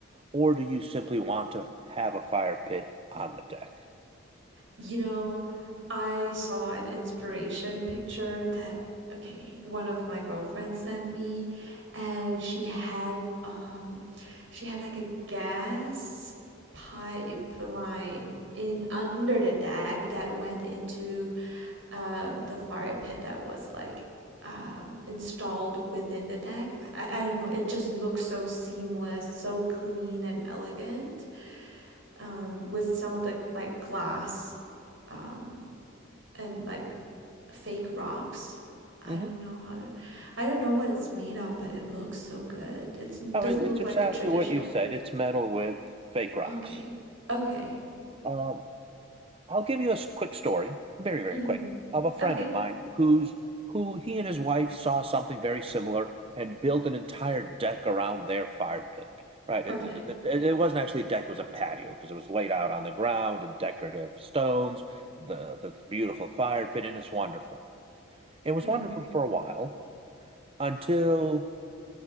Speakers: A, on the right; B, on the right.
A: or do you simply want to have a fire pit on the deck?
B: You know, I saw an inspiration picture that, okay, one of my girlfriends sent me, and she had um she had like a gas pipeline in under the deck that went into um the fire pit that was like um installed within the deck. I, I don't know, it just looks so seamless, so clean and elegant um, with some of the like glass um, and like fake rocks. I
A: Mm-hmm.
B: don't know how to, I don't know what it's made of, but it looks so good. It's, it
A: Oh,
B: doesn't
A: it- it's
B: look
A: exactly
B: like a traditional.
A: what you said. It's metal with fake rocks.
B: Okay. Okay.
A: Um, I'll give you a s- quick story, very, very
B: Mm-hmm.
A: quick, of a friend
B: Okay.
A: of mine who's who he and his wife saw something very similar and built an entire deck around their fire pit. Right,
B: Okay.
A: it, it- it- it wasn't actually a deck; it was a patio because it was laid out on the ground and decorative stones, the the beautiful fire pit, and it's wonderful. It was
B: Mm.
A: wonderful for a while until